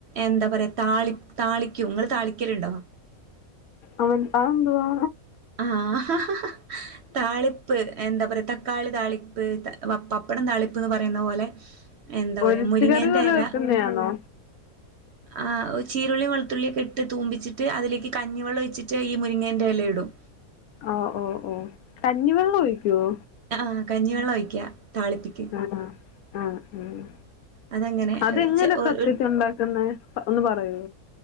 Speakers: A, on the right; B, on the left.
A: എന്താ പറ താളി താളി ക്കും നിങ്ങൾ താളിക്കലുണ്ടോ
B: അവൻ ആ എന്തവാ
A: ആഹ് താളിപ്പ് എന്താ പറയാ തക്കാളിതാളിപ്പ് വപ് പപ്പടം താളിപ്പ് എന്ന് പറയുന്ന പോലെ എന്താ
B: ഒഴിച്ച്
A: പറയാ മുരിങ്ങേന്റെ
B: കറി പോലെ
A: ഇല
B: വെക്കുന്നയാണോ
A: ആ ചീരുള്ളി വെളുത്തുള്ളിയൊക്കെ ഇട്ട് തൂമ്പിച്ചിട്ട് അതിലേക്ക് ക ഞ്ഞിവെള്ള ഒഴിച്ചിട്ട് ഈ മുരിങ്ങേന്റെ ഇല ഇടും
B: ഓ ഓ ഓ കഞ്ഞിവെള്ളം ഒഴിക്കുവോ
A: ആഹ് കഞ്ഞിവെള്ളം ഒഴിക്ക താളിപ്പിക്ക്
B: അഹ് അഹ് ആഹ് ആഹ്
A: അതങ്ങനെ
B: അതെങ്ങനെ
A: ഏ, ചെ- ഒ-
B: സത്യത്തി
A: ഒരു
B: ഉണ്ടാക്കുന്നത് ഒന്ന് പറയോ